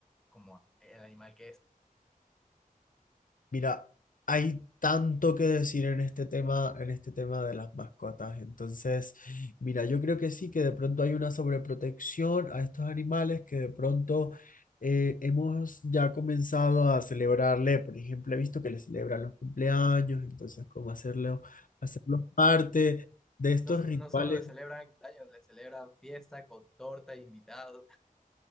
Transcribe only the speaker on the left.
Mira, hay tanto que decir en este tema, en este tema de las mascotas. Entonces, mira, yo creo que sí, que de pronto hay una sobreprotección a estos animales que de pronto eh, hemos ya comenzado a celebrarle. Por ejemplo, he visto que le celebran los cumpleaños, entonces, cómo hacerlo, hacerlo parte de estos
rituales